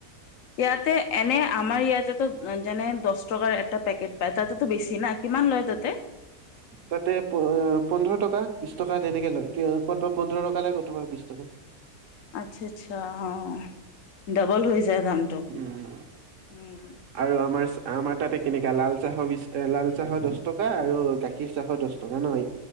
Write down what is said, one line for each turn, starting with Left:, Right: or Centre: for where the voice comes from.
Left: ইয়াতে এনে আমাৰ ইয়াতেতো যেনে দচ টকাৰ এটা পেকেট পায় তাতেতো বেছি না কিমান লয় তাতে।
Right: তাতে প-পোন্ধৰ টকা, বিশ টকা তেনেকে লয়। ক'তব পোন্ধৰ টকা লাগ কতব বিশ টকা।
Left: আচ্ছা আচ্ছা অ', ডবল হৈ যায় দামটো
Right: উম,
Left: উম
Right: আৰু আমাৰ আমাৰ তাতে কেনেকা, লাল চাহৰ বি লাল চাহৰ দহ টকা আৰু গাখীৰ চাহৰ দহ টকা ন।